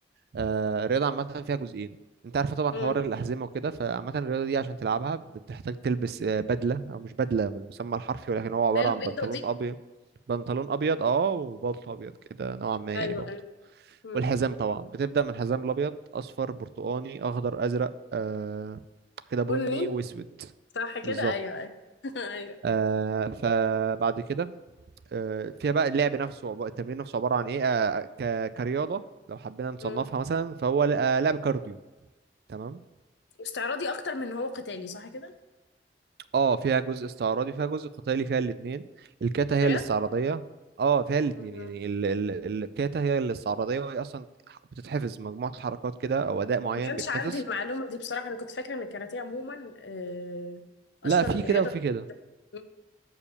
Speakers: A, on the right; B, on the left.
A: آه الرياضة عامة فيها جزئين انت عارف طبعا
B: أمم.
A: حوار الأحزمة وكده فعامة الرياضة دي عشان تلعبها بتحتاج تلبس آه، بدلة او مش بدلة بالمسمى الحرفي ولكن هو عبارة
B: اللي هي البيضة
A: عن بنطلون
B: دي
A: ابيض بنطلون ابيض اه وبلطو ابيض كده نوعا ما
B: ايوه
A: يعني بلطو
B: ايوه أمم.
A: والحزام طبعا بتبدأ من الحزام الأبيض أصفر برتقاني أخضر أزرق آه كده بني
B: بني
A: وأسود
B: صح كده
A: بالظبط
B: ايوه ايوه <laughs> ايوه
A: آه فبعد كده آه فيها بقى اللعب نفسه عب- التمرين نفسه عبارة عن إيه آه ك- كرياضة لو حبينا نصنفها
B: أمم.
A: مثلا فهو ل- آه لعب كارديو تمام
B: استعراضي اكتر من ان هو قتالي صح كده
A: اه فيها جزء استعراضي فيها جزء قتالي فيها الاتنين الكاتا هي
B: بجد
A: الاستعراضية اه فيها الاتنين
B: أمم.
A: يعني ال ال الكاتا هي الاستعراضية وهي أصلا بتتحفظ مجموعة حركات كده أو أداء معين
B: ما كانش
A: بيتحفظ
B: عندي المعلومة دي بصراحة انا كنت فاكرة ان الكاراتيه عموما آه، اصلا
A: لا في كده
B: رياضة
A: وفي كده
B: أمم.